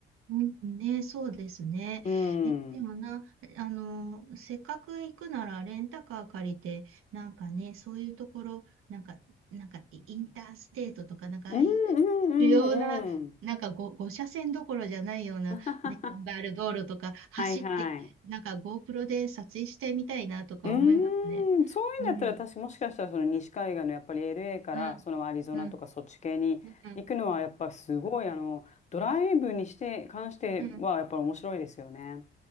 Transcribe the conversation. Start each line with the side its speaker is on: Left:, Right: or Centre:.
Right: うんね、そうですね。
Left: うん。
Right: え、でもな、
Left: うん
Right: あの、せっかく行くならレンタカー借りて、なんかね、そういうところ、なんか、なんかイインターステートとか、なんかああい
Left: うんうんうん。
Right: 主要な、なんかご5、車線どころじゃないような、
Left: <laughs>
Right: ね、バル道路とか走って、
Left: はいはい。
Right: なんか GoPro で撮影してみたいなとか思いますね。
Left: うーん、そういうんだったら確かもしかしたらその西海岸のやっぱり
Right: うん、
Left: LA からそのアリゾナとかそっち系に行くのはやっぱすごいあのドライブにして関してはやっぱり面白いですよね。
Right: うん、うん、うん、うん。